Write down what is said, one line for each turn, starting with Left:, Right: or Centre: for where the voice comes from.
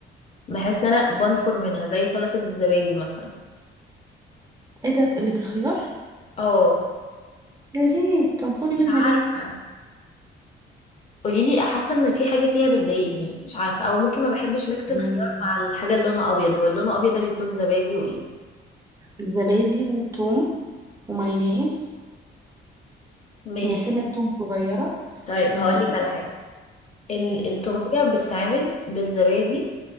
Left: بحس ان انا بنفر منها زي سلطة الزبادي مثلا
Right: ايه ده اللي بالخيار
Left: اه
Right: ده ليه بتنفري
Left: مش
Right: منها
Left: عارفة
Right: ليه
Left: قوليلي حاسة ان في حاجة فيها بتضايقني مش عارفة او ممكن ما بحبش ميكس
Right: آه،
Left: الخيار مع الحاجة اللي لونها ابيض هو اللي لونه ابيض ده بيكون زبادي وايه
Right: زبادي وثوم ومايونيز
Left: ماشي
Right: يعني سنة توم صغيرة
Left: طيب
Right: وم-
Left: هقولك على حاجة ال- التومية بتتعمل بالزبادي